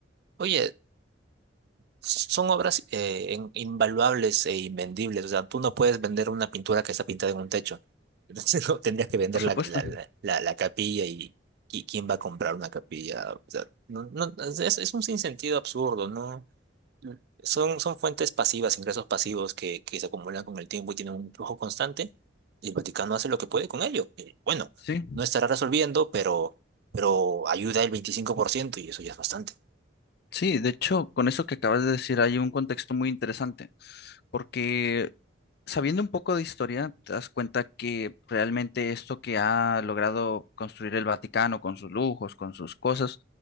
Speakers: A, on the right; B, on the left.
A: Oye, son obras eh, en- invaluables e invendibles. O sea, tú no puedes vender una pintura que está pintada en un techo. <laughs> Entonces, no, tendrías que vender
B: por supuesto.
A: la, la, la, la- la capilla y, qui- ¿quién va a comprar una capilla? O sea, no, no, es, es un sinsentido absurdo, ¿no? Son, son fuentes pasivas, ingresos pasivos que, que se acumulan con el tiempo y tienen un flujo constante, y el Vaticano hace lo que puede con ello. Y, bueno,
B: Sí,
A: no estará resolviendo, pero, pero ayuda el 25% y eso ya es bastante.
B: sí, de hecho, con eso que acabas de decir hay un contexto muy interesante, porque sabiendo un poco de historia, te das cuenta que realmente esto que ha logrado construir el Vaticano con sus lujos, con sus cosas,